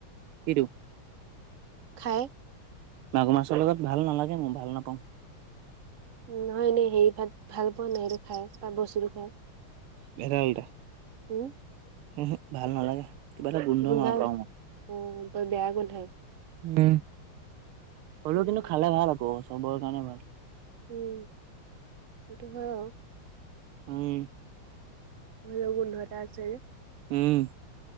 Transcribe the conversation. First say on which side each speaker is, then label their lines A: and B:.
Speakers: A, on the right (about 90°); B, on the right (about 40°).
A: কিটো?
B: খায়?
A: মাগুৰ মাছৰ লগত ভাল নালাগে মোৰ, মই ভাল নাপাওঁ।
B: নহয় এনেই হেৰি ভাত ভাল পোৱা নাই খাই বা বস্তুটো খাই।
A: ভেদাইলতা?
B: উম।
A: উহো, ভাল নালাগে কিবা এটা গোন্ধ
B: গোন্ধাই
A: মাৰ পাওঁ
B: ন
A: মই।
B: অ', বৰ বেয়া গোন্ধাই।
A: উম, হলেও
B: উম
A: কিন্তু খালে ভাল আকৌ চবৰ কাৰণে ভাল।
B: উম, সেইটো হয় বাৰু।
A: উম।
B: ভোলৰ গোন্ধ এটা আছে যে।
A: উম।